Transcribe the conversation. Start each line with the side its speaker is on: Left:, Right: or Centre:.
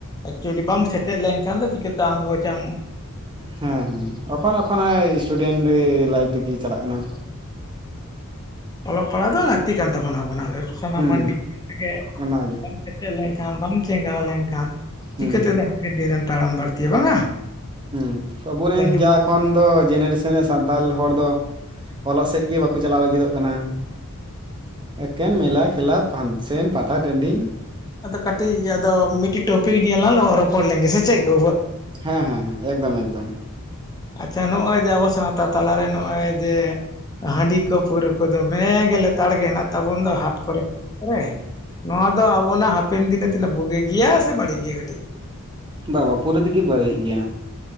Left: ᱮᱠᱪᱩᱭᱮᱞᱤ ᱵᱟᱢ ᱥᱮᱴᱮᱨ ᱞᱮᱱᱠᱷᱟᱱ ᱫᱚ ᱪᱤᱠᱟᱹᱛᱮ ᱟᱜᱚᱪ ᱟᱢ
Right: ᱦᱮᱸ ᱦᱮᱸ ᱮᱠᱷᱚᱱ ᱮᱠᱷᱚᱱᱮ ᱥᱴᱩᱰᱮᱱᱴ ᱞᱟᱭᱤᱯᱷ ᱨᱮᱜᱮ ᱪᱟᱞᱟᱜ ᱠᱟᱱᱟ
Left: ᱚᱞᱚᱜ ᱯᱟᱲᱦᱟᱜ ᱫᱚ ᱞᱟᱹᱠᱛᱤ ᱠᱟᱱ ᱛᱟᱵᱚᱱᱟ ᱟᱵᱚᱱᱟᱜ ᱥᱟᱱᱟᱢ
Right: ᱦᱩᱸ
Left: ᱢᱟᱱᱢᱤ ᱛᱮᱜᱮ
Right: ᱚᱱᱟᱜᱮ
Left: ᱵᱟᱢ ᱥᱮᱴᱮᱫ ᱞᱮᱱᱠᱷᱟᱱ ᱵᱟᱢ ᱪᱮᱸᱜᱟᱣ ᱞᱮᱱᱠᱷᱟᱱ ᱪᱤᱠᱟᱹ
Right: ᱦᱩᱸ
Left: ᱛᱮᱫᱚ ᱦᱟᱯᱮᱱ ᱫᱤᱱ ᱨᱮᱱ ᱛᱟᱲᱟᱢ ᱵᱟᱹᱲᱛᱤᱭᱟ ᱵᱟᱝᱟ
Right: ᱦᱮᱸ ᱟᱵᱚ ᱨᱮᱱ
Left: ᱛᱟᱭᱱᱚᱢ
Right: ᱡᱟ ᱠᱷᱚᱱ ᱫᱚ ᱡᱮᱱᱟᱨᱮᱥᱚᱱ ᱨᱮ ᱥᱟᱱᱛᱟᱲ ᱦᱚᱲ ᱫᱚ ᱚᱞ ᱥᱮᱫ ᱜᱮ ᱵᱟᱠᱚ ᱪᱟᱞᱟᱜᱼᱟ ᱪᱟᱞᱟᱣ ᱞᱟᱹᱜᱤᱫᱚᱜ ᱠᱟᱱᱟ ᱮᱠᱮᱱ ᱢᱮᱞᱟ ᱠᱷᱮᱞᱟ ᱥᱟᱱᱥᱮᱱ ᱯᱟᱛᱟ ᱴᱟᱺᱰᱤ
Left: ᱟᱫᱚ ᱠᱟᱹᱴᱤᱡ ᱟᱫᱚ ᱢᱤᱫᱴᱤᱡ ᱴᱚᱯᱤᱠ ᱧᱮᱞᱟ ᱨᱚᱯᱚᱲ ᱞᱮᱱ ᱜᱮ ᱪᱮᱫ ᱜᱮ
Right: ᱦᱮᱸ ᱦᱮᱸ ᱦᱮᱸ ᱮᱠᱫᱚᱢ ᱮᱠᱫᱚᱢ
Left: ᱟᱪᱪᱷᱟ ᱱᱚᱜᱼᱚᱭ ᱡᱮ ᱟᱵᱚ ᱥᱟᱶᱛᱟ ᱛᱟᱞᱟᱨᱮ ᱱᱚᱜᱼᱚᱭ ᱡᱮ ᱦᱟᱺᱰᱤ ᱠᱚ ᱯᱟᱹᱣᱟᱹ ᱠᱚᱫᱚ ᱫᱚᱢᱮ ᱜᱮ ᱞᱮᱛᱟᱲ ᱜᱮ ᱦᱮᱱᱟᱜ ᱛᱟᱵᱚᱱ ᱫᱚ ᱦᱟᱴ ᱠᱚᱨᱮ ᱠᱚᱨᱮ ᱯᱟᱛᱟ ᱠᱚᱨᱮ ᱫᱚᱣᱟ ᱫᱚ ᱟᱵᱚᱱᱟᱜ ᱦᱟᱯᱮᱱ ᱫᱤᱱᱮ ᱛᱤᱱᱟᱹᱜ ᱵᱩᱜᱤ ᱜᱮᱭᱟ ᱥᱮ ᱵᱟᱹᱲᱤᱡ ᱜᱮᱭᱟ ᱠᱟᱹᱴᱤᱡ
Right: ᱵᱟᱵᱟ ᱯᱩᱨᱟᱹ ᱛᱮᱜᱮ ᱵᱟᱹᱲᱤᱡ ᱜᱮᱭᱟ